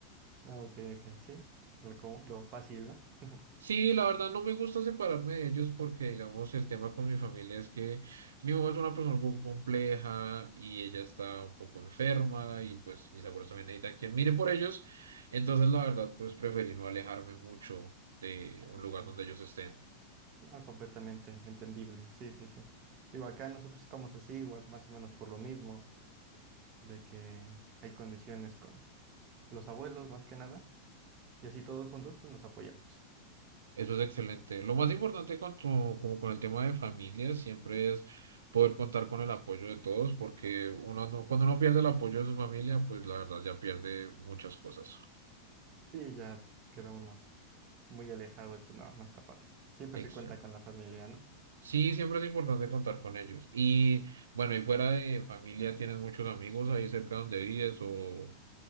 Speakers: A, on the right; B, on the right.
A: Ah, ok, ok, sí. Lo, como- lo fácil, ¿no? <laughs>
B: Sí, la verdad no me gusta separarme de ellos porque, digamos, el tema con mi familia es que mi mamá es una persona un poco compleja y ella está un poco enferma y pues mis abuelos también necesitan quien mire por ellos. Entonces, la verdad, pues preferí no alejarme mucho de un lugar
A: Sí.
B: donde ellos estén.
A: Ah, completamente entendible. Sí, sí, sí. Digo, acá nosotros estamos así, igual más o menos por lo mismo, de que hay condiciones con los abuelos más que nada, y así todos juntos pues nos apoyamos.
B: Eso es excelente. Lo más importante con tu- como con el tema de familia siempre es poder contar con el apoyo de todos porque uno, no- cuando uno pierde el apoyo de su familia, pues la verdad ya pierde muchas cosas.
A: Sí, ya queda uno muy alejado y pues no, no está padre. Siempre
B: Exacto.
A: se cuenta con la familia, ¿no?
B: Sí, siempre es importante contar con ellos. Y bueno, y fuera de familia, ¿tienes muchos amigos ahí cerca donde vives? O